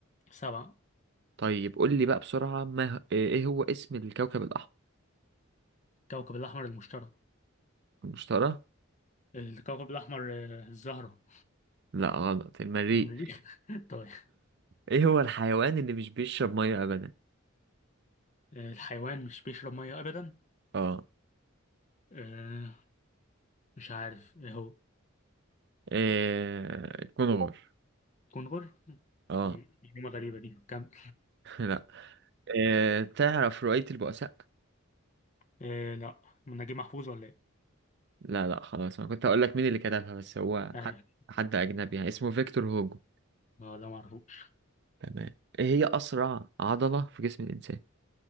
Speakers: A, on the left; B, on the right.
A: سبعة
B: طيب قول لي بقى بسرعة ما إيه هو اسم الكوكب الأحمر
A: الكوكب الأحمر المشتري
B: المشتري
A: الكوكب الأحمر آه، الزهرة
B: لا غلط المريخ
A: المريخ <laughs> طيب
B: ايه هو الحيوان اللي مش بيشرب ميه ابدا
A: آه، الحيوان مش بيشرب مية أبدا
B: اه
A: آه، مش عارف إيه هو
B: إيه... كنغر
A: كنغر مم،
B: اه
A: معلومة غريبة دي كمل
B: <laughs> لا إيه... تعرف رواية البؤساء
A: آه، لا من نجيب محفوظ ولا إيه؟
B: لا لا خلاص انا كنت اقول لك مين اللي كتبها بس هو
A: أيوة
B: حد حد اجنبي يعني اسمه فيكتور هوجو
A: أه لا معرفوش
B: تمام ايه هي اسرع عضلة في جسم الانسان